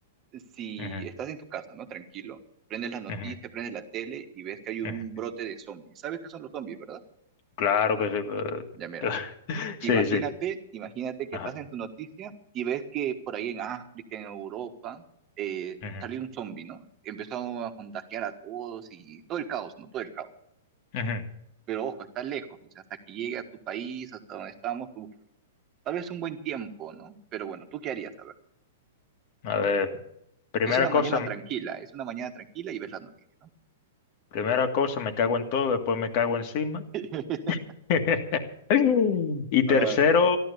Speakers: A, on the right; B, on the left.
A: si
B: Ujú,
A: estás en tu casa, ¿no? Tranquilo, prendes las noticias,
B: ujú,
A: prendes la tele y ves que hay un
B: ujú.
A: brote de zombies. ¿Sabes qué son los zombies, verdad?
B: Claro que sí. pero-
A: Ya, mira.
B: <laughs>
A: Imagínate,
B: Sí, sí.
A: imagínate que
B: Ajá.
A: estás en tu noticia y ves que por ahí en África, en Europa, eh,
B: ujú,
A: salió un zombie, ¿no? Empezó a contagiar a todos y todo el caos, ¿no? Todo el caos.
B: ujú.
A: Pero ojo, está lejos, o sea, hasta que llegue a tu país, hasta donde estamos, uf, tal vez un buen tiempo, ¿no? Pero bueno, ¿tú qué harías? A ver,
B: A ver, primera
A: es una mañana
B: cosa,
A: tranquila, es una mañana tranquila y ves la noticia.
B: primera cosa, me cago en todo, después me cago encima.
A: <laughs>
B: <laughs> Y tercero,
A: Ah,